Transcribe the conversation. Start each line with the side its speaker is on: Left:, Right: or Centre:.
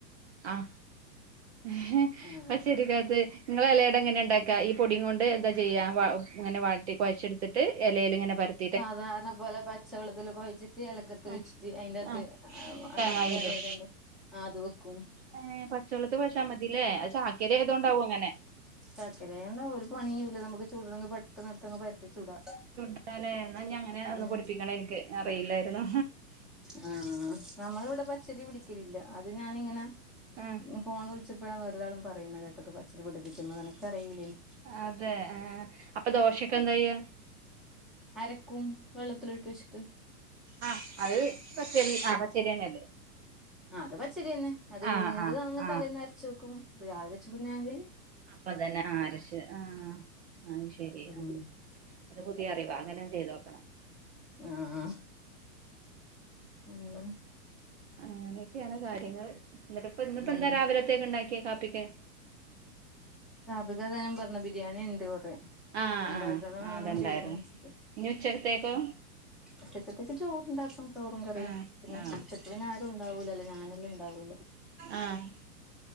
Right: ആഹ്
Centre: ആഹ്.
Right: അത് ശരിക്കത്. ങ്ങള് എലയട എങ്ങനെണ്ടാക്കാ ഈ പൊടിങൊണ്ട് എന്താ ചെയ്യാ വ ഇങ്ങനെ വാട്ടി കൊഴച്ച്ട്ത്ത്ട്ട് എലേലിങ്ങനെ പരത്തി
Centre: സാധാരണ പോലെ പച്ചവെള്ളത്തിലൊക്കൊയ്ച്ച്ട്ട് എലക്കത്ത്
Right: ആഹ്
Centre: വെച്ചിട്ട് അയിന്റെകത്ത്
Right: ആഹ്
Centre: <unintelligible>
Right: തേങ്ങായിടും
Centre: എലടന്റെ ആഹ് അത് വെക്കും.
Right: ഏഹ് പച്ചവെള്ളത്ത് കൊയച്ച മതില്ലേ അത് ചാക്കരി ആയതോണ്ടാവും അങ്ങനെ
Centre: ചാക്കര ഉണ്ട ഒരു പണിയുല്ല നമുക്ക് ചുടണെങ്കി പെട്ടെന്ന് പെട്ടന്ന് പരത്തി ചുടാ.
Right: <unintelligible> ന്നാഞ്ഞി അങ്ങനെ ഒന്ന്
Centre: ഉം
Right: പൊടിപ്പിക്കണം ഇൻക്ക് അറിയില്ലായിരുന്നു
Centre: ആ നമ്മളിവിടെ പച്ചരി പൊടിക്കലില്ല അത് ഞാനിങ്ങനെ
Right: ആഹ്
Centre: ഫോൺ വി വിളിച്ചപ്പഴാണ് വേറെരാളും പറയുന്ന കേട്ടത് പച്ചരി പൊടിപ്പിക്കുന്നത് അനക്കറിയില്ലായിരുന്നു.
Right: അതെ ആ അപ്പൊ ദോശക്കെന്താ ചെയ്യ
Centre: അരക്കും വെള്ളത്തില്ട്ട് വെച്ച്ട്ട്
Right: അ അത് പച്ചരി ആ പച്ചരിന്നല്ലേ
Centre: ആഹ് അത് പച്ചെരിയന്നെ അത് ഉഴുന്നിന്റെതങ്ങ്
Right: ആഹ് ആഹ് ആഹ്
Centre: തലേന്ന് അരച്ചു വെക്കും രാവിലെ ചുടുന്നതെങ്കിൽ
Right: അപ്പതന്നെ ആഹ് അരച്ച് ആഹ് അഹ്ശെരി
Centre: ഉം
Right: ആഹ് ഇത് പുതിയ അറിവാ അങ്ങനൊന്ന് ചെയ്തോക്കണം.
Centre: ആഹാ ഉംഹ്
Right: അങ്ങനെക്കെയാണ് കാര്യങ്ങള് ന്നിട്ട്പ്പോ ഇന്ന്‌പ്പോന്താ
Centre: ഉം
Right: രാവിലെത്തേക്ണ്ടാക്കിയേ കാപിക്ക്
Centre: കാപ്പിക്കല്ലേ ഞാൻ പറഞ്ഞെ ബിരിയാണിണ്ട് കൊറെ.
Right: ആ
Centre: ഇണ്ടാക്കണോ
Right: ആ ആ
Centre: വേണോന്ന്
Right: അതുണ്ടായിരുന്നു
Centre: തീരുമാനിച്ചില്ല
Right: ഇനി ഉച്ചക്കത്തേക്കോ
Centre: ഉച്ചക്കത്തേക്ക് ചോറ്ണ്ടാക്കും ചോറും കറിയും
Right: ആ
Centre: പിന്നെ
Right: ആ
Centre: ഉച്ച പിന്നെ ആരൂണ്ടാവൂലല്ലോ ഞാനല്ലേണ്ടാവൊള്ളൂ
Right: ആഹ്